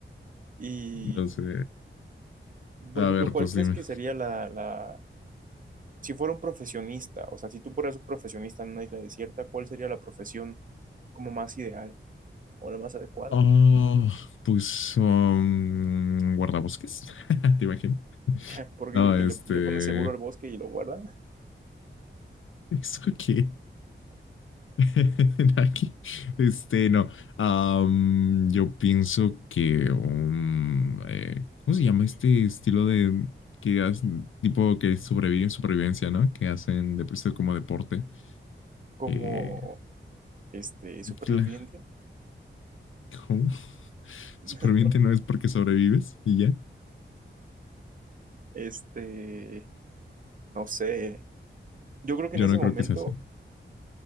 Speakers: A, on the right; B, on the left.
A: y,
B: No sé. A
A: por ejemplo,
B: ver,
A: ¿cuál
B: pues
A: crees
B: dime.
A: que sería la, la, si fuera un profesionista, o sea, si tú fueras un profesionista en una isla desierta, ¿cuál sería la profesión como más ideal o la más adecuada?
B: Oh, pues um, guardabosques. <laughs> ¿Te imaginas?
A: <laughs> ¿Por
B: No,
A: qué? Porque
B: este.
A: le, le pones seguro al bosque y lo guarda
B: ¿Eso qué? <laughs> Aquí, este, no. Am, yo pienso que, um, eh, ¿cómo se llama este estilo de que hacen- tipo que sobreviven supervivencia, ¿no? Que hacen de esto como deporte.
A: como,
B: Eh,
A: este, superviviente,
B: y cla- ¿cómo? <laughs>
A: <laughs>
B: Superviviente
A: ¿no?
B: no es porque sobrevives y ya.
A: Este, no sé. Yo creo que
B: Yo
A: en ese
B: no
A: momento
B: creo que se hace.